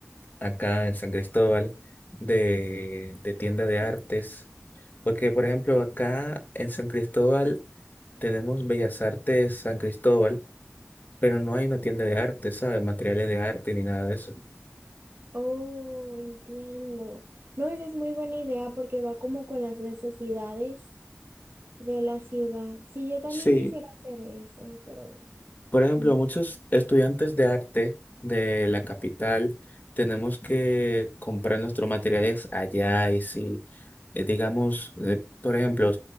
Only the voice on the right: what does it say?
Sí.
Oh, entiendo. No, esa es muy buena idea porque va como con las necesidades de la ciudad. Sí, yo también
quisiera hacer eso, pero
mm,